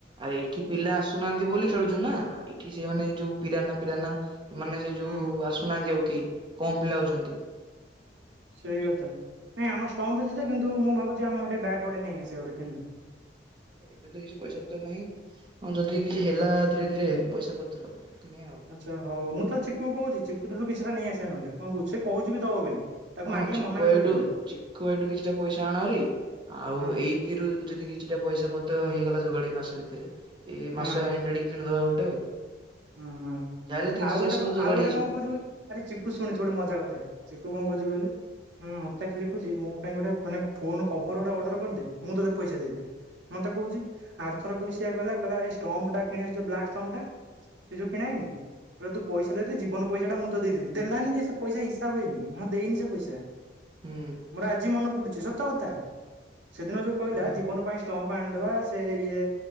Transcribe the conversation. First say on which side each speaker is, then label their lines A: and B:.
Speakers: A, on the right; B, on the right.
A: ଆରେ ଏଠି ପିଲା ଆସୁନାହାନ୍ତି ବୋଲି ଖେଳୁଚୁ ନା ଏଠି ସେମାନେ ଯୋଉ ପିରାନା ଫିରାନା ମାନେ ସେ ଯୋଉ
B: ହୁଁ
A: ଆସୁନାଆନ୍ତି ଆଉ କେହି କମ୍ ପିଲା ହଉଚନ୍ତି।
B: ସେଇ କଥା ନାଇଁ ଆମ ଷ୍ଟମ୍ପ ଅଛି ଯେ କିନ୍ତୁ ମୁଁ ଭାବୁଚି ଆମେ ଗୋଟେ ବ୍ୟାଟ୍ ଗୋଟେ ନେଇ ଆସିବା ଗୋଟେ କିଣିଦବା।
A: ଏବେ ତ କିଛି ପଇସା ପତ୍ର ନାହିଁ ହଁ ଯଦି କିଛି ହେଲା ଧୀରେ ଧୀରେ ପଇସା ପତ୍ର କିଣିବା ଆଉ।
B: ଆଚ୍ଛା ହଉ ମୁଁ ତାଲେ ଚିକୁକୁ କହୁଚି ଚିକୁ ଦେଲେ କିଛିଟା ନେଇଆସିଵା ନହେଲେ କଣ କହୁଚୁ ସେ କହୁଚି ବି ଦବ ବୋଲି। ତାକୁ
A: ହଁ
B: ମାଗିଲେ
A: ଚିକୁ
B: ମନା
A: ଭାଇଠୁ
B: ବି କରିବନି
A: ଚିକୁ ଭାଇଠୁ କିଛିଟା ପଇସା ଆଣଭାରି ଆଉ
B: ହଁ
A: ଏଇ ଥିରୁ ଯଦି କିଛିଟା ପଇସା ପତ୍ର ହେଇଗଲା ଯୋଗାଡି ମାସେ ଭିତେରେ ଏ
B: ହଁ
A: ମାସ
B: ହଁ
A: ଏଣ୍ଡରେ ଟି କିଣିଦବା ଗୋଟେ ଆଉ।
B: ହଁ ହଁ
A: ଯାହାହେଲେ ତିନିଶହ
B: ଆଉ
A: ଚାରିଶହ
B: ଗୋଟେ କ
A: ତ ଯୋଗାଡ଼
B: ଆଉ ଗୋଟେ
A: ହେଇଯିବ
B: କଣ କହୁଚୁ କହିଲୁ। ଆରେ ଚିକୁୁ ଶୁଣିଚି ଗୋଟେ ମଜା କଥାଟେ ଚିକୁ କଣ କହୁଚି କହିଲୁ। ହୁଁ ମତେ ଖାଲି କହୁଚି ମୋ ପାଇଁ ଗୋଟେ ମାନେ ଫୋନ କଭର ଗୋଟେ ଅର୍ଡର କରିଦେ ମୁଁ ତୋତେ ପଇସା ଦେଇଦେବି। ମତେ କହୁଚି ଆରଥରକୁ ବି ସେୟା କହିଲା କହିଲା ଏ ଷ୍ଟମ୍ପ ଟା କିଣିବା ସେ ଯଉ ବ୍ଲାକ ଷ୍ଟମ୍ପ ଟା। ସେ ଯୋଉ କିଣାହେଇନି। କହିଲା ତୁ ପଇସା ଦେଇଦେ ଜୀବନ ପଇସା ଟା ମୁଁ ତତେ ଦେଇଦବି ଦେଲାନିବେ ସେ ପଇସା ହିସାବ ହେଇନି ମୁଁ ଦେଇନି ସେ ପଇସା।
A: ହୁଁ
B: ମୋର ଆଜି ମନେ ପଡୁଚି ସତ କଥା ସେଦିନ ଯୋଉ କହିଲା
A: ହଁ
B: ଜୀବନ ପାଇଁ ଷ୍ଟମ୍ପ ଆଣିଦବା ସେ ଇଏ